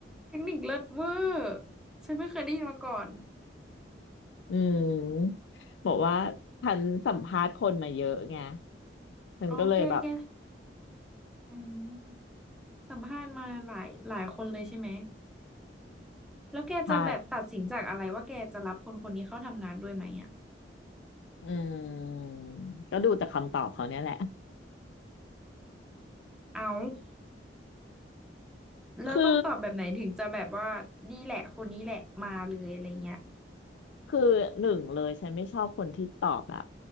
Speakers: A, in the centre; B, on the left.
A: เทคนิคเลิศเวอร์ฉันไม่เคยได้ยินมาก่อน
B: อืมบอกว่าฉันสัมภาษณ์คนมาเยอะไงฉันก็เลยแบบ
A: อ๋อแกแกอืมสัมภาษณ์มาหลายหลายคนเลยใช่ไหม แล้วแกจะแบบตัดสินจากอะไรว่าแกจะรับคนคนนี้เข้าทำงานด้วยไหมอ่ะ
B: ใช่อืมก็ดูจากคำตอบเขาเนี่ยแหละ
A: เอาแล้วต้องตอบแบบไหนถึงจะแบบว่านี่แหละคนนี้แหละมาเลยอะไรเงี้ย
B: คือคือหนึ่งเลยฉันไม่ชอบคนที่ตอบแบบ